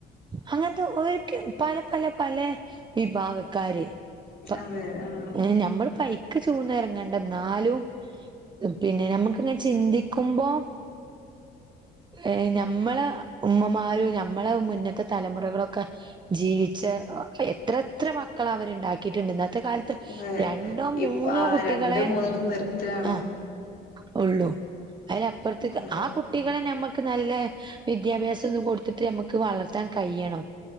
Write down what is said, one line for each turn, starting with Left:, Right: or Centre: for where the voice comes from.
Right: അങ്ങൻത്തെ ഓരിക്ക് പല പല പലേ വിഭാഗ കാര്. പ്പ
Left: അതെ ആഹ്
Right: നഞമ്മള് ഇപയ്ക്ക് ചൂന്ന ഇറങ്ങണ്ട ഇന്നാലും. പിന്നെ നമക്ക്ങ്ങനെ ചിന്തിക്കുമ്പോ എഏ ഞമ്മള ഉമ്മമാരും ഞമ്മള മുന്നത്തെ തലമുറകളൊക്കെ ജീവിച്ച എത്ര എത്രമക്കളാ അവര് ഇണ്ടാക്കിയിട്ട്ണ്ട്. ഇന്നത്തെ കാലത്ത് ത്തെ
Left: അതെ
Right: രണ്ടോ മൂന്നോ
Left: ഇപ്പ ആ
Right: കുട്ടികളെ
Left: രണ്ട് മൂന്ന് നിർത്തുകയാണ്
Right: ആഹ്. ഒള്ളു. അതിലപ്പറത്ത്ക്ക്
Left: അതെ
Right: ആ കുട്ടികളെ നമ്മക്ക് നല്ല വിദ്യാഭ്യാസം ഒക്കെകൊട്ത്തിട്ട് ഞമ്മക്ക് വളർത്താൻ കയ്യ്യണം.